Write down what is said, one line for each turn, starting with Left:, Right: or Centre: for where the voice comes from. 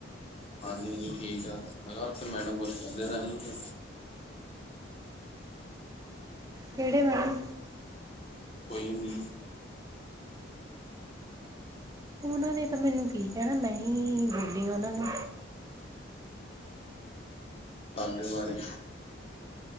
Left: ਹਾਂਜੀ-ਹਾਂਜੀ ਠੀਕ ਆ। ਮੈਂ ਕਿਆ ਉੱਥੇ ਮੈਡਮ ਕੁਛ ਕੈਂਦੇ ਤਾਂ ਨੀਗੇ।
Right: ਕੇੜੇ ਮੈਡਮ?
Left: ਕੋਈ ਵੀ।
Right: ਔਨਾਂ ਨੇ ਤਾਂ ਮੈਨੂੰ ਕੀ ਕੈਨੈ ਮੈਂ ਹੀਂ ਬੋਲੀ ਹਾਂ ਔਨਾਂ ਨੂੰ।
Left: ਤਾਲੇਵਾਰੀ